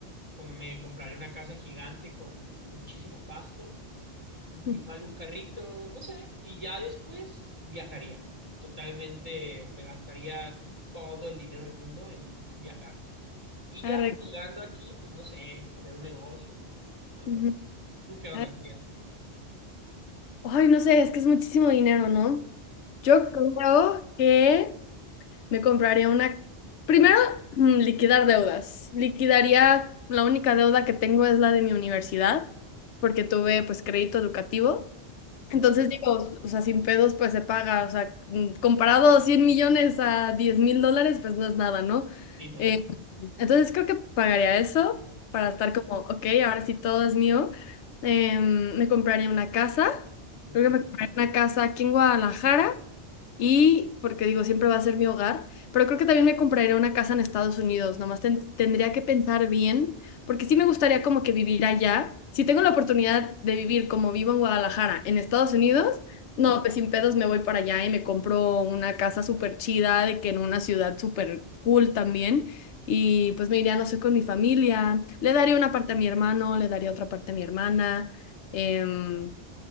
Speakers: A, on the right; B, on the left.
A: com- me compraría una casa gigante con muchísimo pasto, igual
B: <laughs>
A: un carrito, no sé, y ya después viajaría. Totalmente me gastaría todo el dinero del mundo en viajar. Y
B: Arre,
A: ya llegando aquí, pues no sé, poner un negocio o algo
B: ujú,
A: así. ¿Tú qué onda,
B: ar-
A: querías?
B: Ay, no sé, es que es muchísimo dinero, ¿no? Yo creo que me compraría una... Primero, mm, liquidar deudas. Liquidaría, la única deuda que tengo es la de mi universidad, porque tuve pues crédito educativo.
A: Ujú.
B: Entonces digo, o sea, sin pedos pues se paga, o sea, mm, comparado a 100 millones a 10 mil dólares pues no es nada, ¿no?
A: Sí, no
B: Eh,
A: manches.
B: entonces creo que pagaría eso para estar como, ok, ahora sí todo es mío. Em, me compraría una casa,
A: Ujú.
B: creo que me compraría una casa aquí en Guadalajara y porque digo, siempre va a ser mi hogar, pero creo que también me compraría una casa en Estados Unidos, nomás ten- tendría que pensar bien, porque sí me gustaría como que vivir allá. Si tengo la oportunidad de vivir como vivo en Guadalajara, en Estados Unidos,
A: Ujú.
B: no, pues sin pedos me voy para allá y me compro una casa súper chida, de que en una ciudad súper cool también. Y pues me iría, no sé, con mi familia, le daría una parte a mi hermano, le daría otra parte a mi hermana. em,